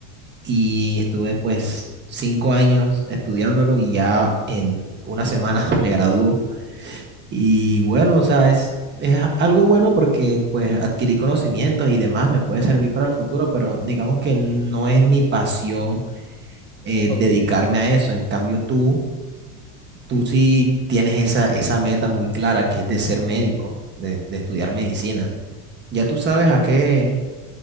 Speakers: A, on the right; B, on the left.
A: Y estuve pues cinco años estudiándolo y ya en una semana <laughs> me graduó. Y bueno, o sea, es, es algo bueno porque pues adquirí conocimientos y demás, me puede servir para el futuro, pero digamos que no es mi pasión eh,
B: Ok.
A: dedicarme a eso. En cambio, tú tú sí tienes esa, esa meta muy clara que es de ser médico, de, de estudiar medicina. Ya tú sabes
B: A ti,
A: a qué,